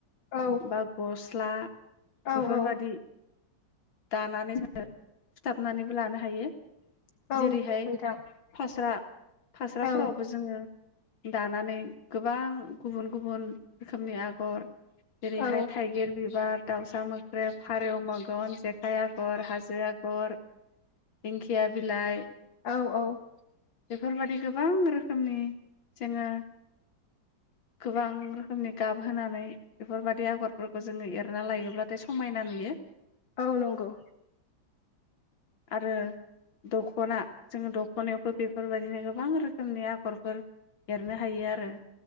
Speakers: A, on the left; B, on the left.
A: औ
B: बा गस्ला
A: औ
B: बेफोरबादि
A: औ
B: दानानै जों सुथाबनानैबो लानो हायो।
A: औ
B: जेरैहाय
A: नोंथां
B: फास्रा फास्राफोरावबो
A: औ
B: जोङो दानानै गोबां गुबुन गुबुन रोखोमनि आगर जेरैहाय
A: औ
B: थाइगिर बिबार दाउसा मोख्रेब फारौ मगन हायागर हाज जायागर दिंखिया बिलाइ
A: औ औ।
B: बेफोरबायदि गोबां रोखोमनि जोङो गोबां रोखोमनि गाब होनानै बेफोरबायदि आगरफोरखौ जोङो एरना लायोब्लाथाय समायना नुयो।
A: औ नंगौ।
B: आरो दख'ना जोङो दख'नायावबो बेफोरबायदिनो गोबां रोखोमनि आगरफोर एरनो हायो आरो।